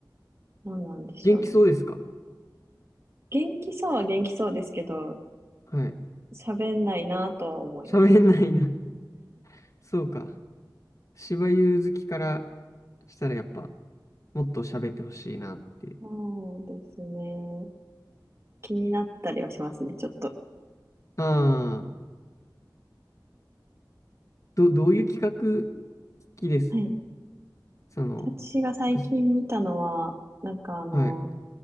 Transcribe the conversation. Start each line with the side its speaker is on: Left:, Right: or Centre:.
Right: どうなんでしょうね。
Left: 元気そうですか
Right: 元気そうは元気そうですけど、
Left: はい。
Right: 喋んないなとは思います。
Left: 喋んないな。<laughs> そうか。芝居好きからしたらやっぱもっと喋ってほしいなって。
Right: そうですね。気になったりはしますね、ちょっと。
Left: ああ、ど、どういう企画好きです
Right: はい。
Left: その、
Right: 私が最近見たのは、
Left: 私
Right: なんかあの、
Left: はい。